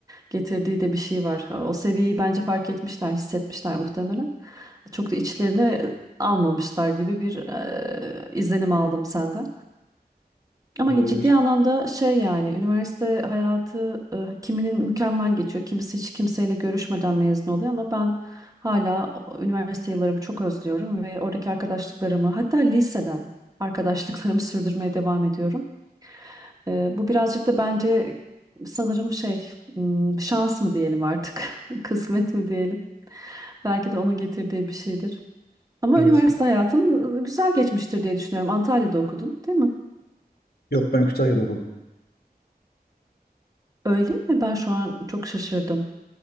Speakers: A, on the right (about 20°); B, on the left (about 70°).
A: getirdiği de bir şey var. Ee, O seviyeyi bence fark etmişler, hissetmişler muhtemelen. Çok da içlerine almamışlar gibi bir eee, izlenim aldım senden. Ama
B: Olabilir.
A: ciddi anlamda şey yani üniversite hayatı e, kiminin mükemmel geçiyor. Kimisi hiç kimseyle görüşmeden mezun oluyor ama ben hala o- üniversite yıllarımı çok özlüyorum ve oradaki arkadaşlıklarımı hatta liseden arkadaşlıklarımı <laughs> sürdürmeye devam ediyorum. Ee, bu birazcık da bence sanırım şey hmm, şans mı diyelim artık <laughs> kısmet mi diyelim belki de onun getirdiği bir şeydir. Ama
B: Evet.
A: üniversite hayatın güzel geçmiştir diye düşünüyorum. Antalya'da okudun, değil mi?
B: Yok ben Kütahya'da okudum.
A: Öyle mi? Ben şu an çok şaşırdım.